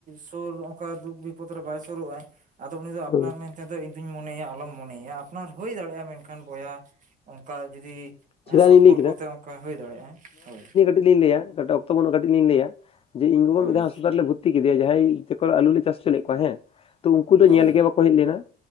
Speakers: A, on the right; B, on the left.
A: ᱥᱳᱨ ᱚᱝᱠᱟ ᱫᱩᱠ ᱵᱤᱯ ᱯᱚᱫ ᱨᱮ ᱵᱟᱭ ᱥᱳᱨᱳᱜ ᱟᱭ, ᱟᱫᱚ ᱩᱱᱤ ᱫᱚ ᱟᱯᱱᱟᱨ
B: ᱦᱩᱸ
A: ᱢᱮᱱ ᱛᱮ ᱫᱚ ᱤᱧ ᱫᱩᱧ ᱢᱚᱱᱮᱭᱮᱭᱟ, ᱟᱞᱚᱢ ᱢᱚᱱᱮᱭᱮᱭᱟ ᱟᱯᱱᱟᱨ ᱦᱳᱭ ᱫᱟᱲᱮᱭᱟᱜᱼᱟ, ᱢᱮᱱᱠᱷᱟᱱ ᱵᱚᱭᱦᱟ ᱚᱱᱠᱟ ᱡᱩᱫᱤ
B: ᱪᱮᱫᱟᱜ
A: ᱥᱚᱢᱯᱚᱨᱠᱚ
B: ᱞᱤᱧ ᱞᱟᱹᱭ
A: ᱛᱮ ᱚᱝᱠᱟ, ᱦᱳᱭ ᱫᱟᱲᱮᱜᱼᱟ ᱦᱳᱭ᱾
B: ᱠᱟᱴᱤᱡ ᱞᱤᱧ ᱞᱟᱹᱭᱟ ᱚᱛᱚ ᱵᱟᱩᱜᱼᱟ, ᱠᱟᱹᱤᱡ ᱞᱤᱧ ᱞᱟᱹᱭᱟ ᱡᱮ, ᱤᱧ ᱵᱟᱵᱟ
A: ᱦᱳᱭ
B: ᱢᱤᱫᱷᱟ ᱦᱟᱥᱯᱟᱛᱟᱞ ᱨᱮ ᱵᱷᱚᱨ ᱜᱩᱛᱤ ᱠᱮᱫᱮᱭᱟ ᱡᱟᱦᱟᱸᱭ, ᱛᱟᱠᱚ ᱟᱞᱩ ᱞᱮ ᱪᱟᱥ ᱩᱪᱩ ᱞᱮᱫ ᱠᱚᱣᱟ ᱦᱮᱸ, ᱛᱚ ᱩᱱᱠᱩ ᱫᱚ ᱧᱮᱞ
A: ᱦᱳᱭ
B: ᱜᱮ ᱵᱟ ᱦᱮᱡ ᱞᱮᱱᱟ